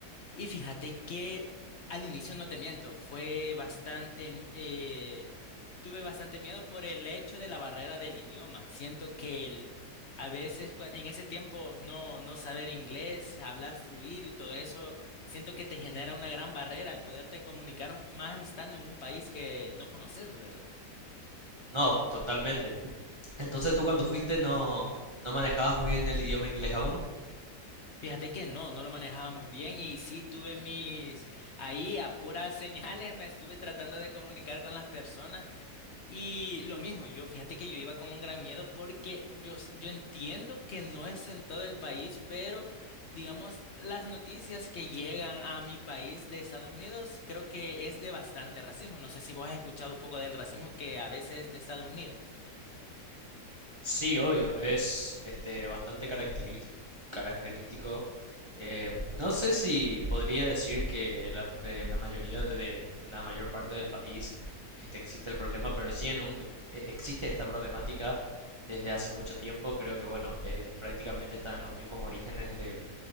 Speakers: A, on the left (about 50°); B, on the right (about 20°).
A: y fíjate que al inicio no te miento, fue bastante eh, tuve bastante miedo por el hecho de la barrera del idioma. Siento que el- a veces cua- en ese tiempo no no saber inglés, hablar fluido y todo eso, siento que te genera una gran barrera al poderte comunicar más estando en un país que no conoces, ¿verdad?
B: No, totalmente. Entonces tú cuando fuiste no, no manejabas muy bien el idioma inglés aún.
A: Fíjate que no, no lo manejaba muy bien y sí tuve mis, ahí a puras <laughs> señales me estuve tratando de comunicar con las personas y lo mismo, yo fíjate que yo iba con un gran miedo porque yo, s- yo entiendo que no es en todo el país, pero digamos las noticias que llegan a mi país de Estados Unidos creo que es de bastante racismo. No sé si vos has escuchado un poco del racismo que a veces es de Estados Unidos.
B: Sí, obvio, es este bastante caracteris- característico. Eh, no sé si podría decir que la- en la mayoría de, en la mayor parte del país este, existe el problema, pero sí en un, en- e- existe esta problemática desde hace mucho tiempo. Creo que bueno, eh, prácticamente están en los mismos orígenes del,